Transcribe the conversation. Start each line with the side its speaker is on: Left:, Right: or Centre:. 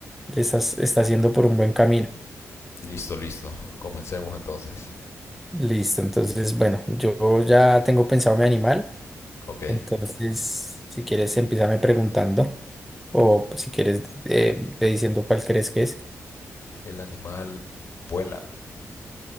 Centre: le estás, está haciendo por un buen camino.
Left: listo, listo, comencemos entonces.
Centre: Listo, entonces, bueno, yo ya tengo pensado mi animal,
Left: Ok,
Centre: entonces si quieres empiezame preguntando o pues, si quieres eh, ve diciendo cuál crees que es.
Left: el animal vuela,